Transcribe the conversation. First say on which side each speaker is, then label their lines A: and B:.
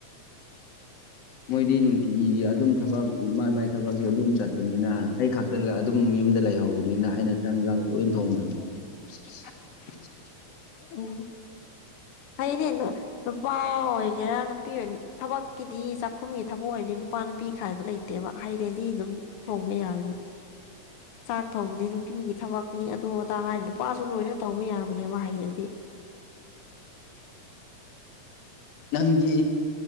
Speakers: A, on the left; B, on the left.
A: ꯃꯣꯏꯗꯤ ꯅꯨꯡꯇꯤꯒꯤꯒꯤ ꯑꯗꯨꯝ ꯊꯕꯛ ꯃꯥꯏ ꯃꯥꯏ ꯊꯕꯛꯀꯤ ꯑꯗꯨꯝ ꯆꯠꯄꯅꯤꯅ ꯑꯩ ꯈꯛꯇ ꯑꯗꯨꯝ ꯌꯨꯝꯗ ꯂꯩꯍꯧꯕꯅꯤꯅ ꯑꯩꯅ ꯆꯥꯛ ꯏꯟꯁꯥꯡ ꯂꯣꯏ ꯊꯣꯡꯕꯅꯤ
B: <unintelligible>
A: <unintelligible>
B: ꯎ ꯐꯩꯅꯦ ꯅꯨꯄꯥ ꯑꯣꯏꯒꯦꯔꯥ ꯅꯨꯄꯤ ꯊꯕꯛꯀꯤꯗꯤ ꯆꯥꯛꯈꯨꯝꯒꯤ ꯊꯕꯛ ꯑꯣꯏꯔꯗꯤ ꯅꯨꯄꯥ ꯅꯨꯄꯤ ꯈꯥꯏꯕ ꯂꯩꯇꯦ ꯂꯩꯇꯦꯕ ꯍꯩꯔꯗꯤ ꯑꯗꯨꯝ ꯊꫭꯡꯕ ꯌꯥꯔ ꯆꯥꯛ ꯊꯣꯡꯕꯗꯤ ꯅꯨꯄꯤꯒꯤ ꯊꯕꯛꯅꯤ ꯑꯗꯨ ꯑꯗꯥ ꯍꯥꯏꯗꯤ ꯅꯨꯄꯥꯁꯨ ꯂꯣꯏꯅ ꯇꯧꯕ ꯌꯥꯕꯌꯦꯕ ꯍꯩꯩꯔꯗꯤ
A: ꯅꯪꯒꯤ